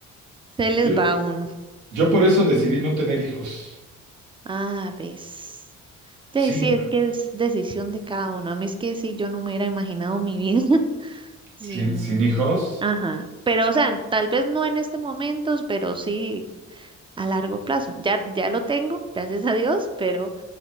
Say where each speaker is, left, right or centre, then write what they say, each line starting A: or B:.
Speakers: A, on the right; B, on the right.
A: se les
B: Yo,
A: va uno.
B: yo por eso decidí no tener hijos.
A: Ah, ves. Sí,
B: Sí,
A: sí, es
B: no.
A: que es decisión de cada uno. A mí es que sí, yo no me hubiera imaginado mi vida <laughs> sin...
B: Sin, sin hijos.
A: Ajá. Pero, o sea, tal vez no en este momento, pero sí a largo plazo. Ya, ya lo tengo, gracias a Dios, pero